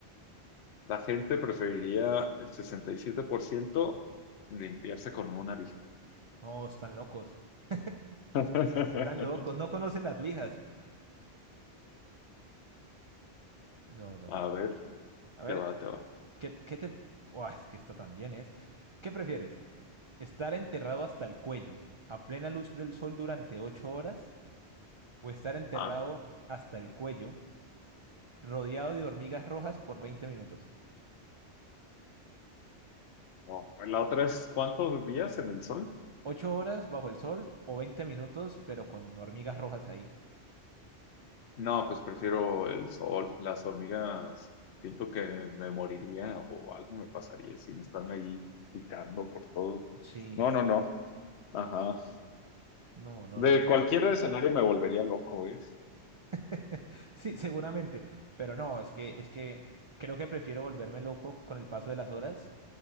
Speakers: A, on the left; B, on the right.
A: la gente preferiría el 67% limpiarse con una
B: No, están locos. <laughs>
A: <laughs>
B: Están locos, no conocen las lijas. No, no, no,
A: A
B: no.
A: ver,
B: A ver,
A: te va, te va.
B: ¿qué, qué te... Buah, es que esto también es. ¿Qué prefieres? ¿Estar enterrado hasta el cuello a plena luz del sol durante ocho horas? ¿O estar enterrado
A: Ah,
B: hasta el cuello rodeado de hormigas rojas por 20 minutos?
A: no. La otra es ¿cuántos días en el sol?
B: ¿Ocho horas bajo el sol o 20 minutos pero con hormigas rojas ahí?
A: No, pues prefiero el sol. Las hormigas, siento que me moriría o algo me pasaría si me están ahí picando por todo.
B: Sí.
A: No, no, no. Ajá.
B: No, no,
A: De
B: no, no.
A: cualquier escenario me volvería loco, ¿eh?
B: <laughs> Sí, seguramente, pero no, es que, es que creo que prefiero volverme loco con el paso de las horas